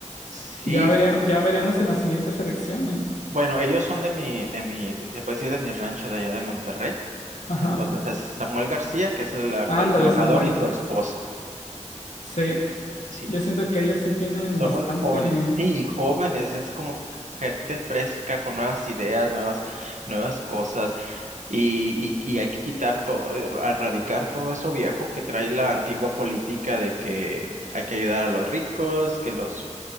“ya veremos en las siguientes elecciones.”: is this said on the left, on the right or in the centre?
Left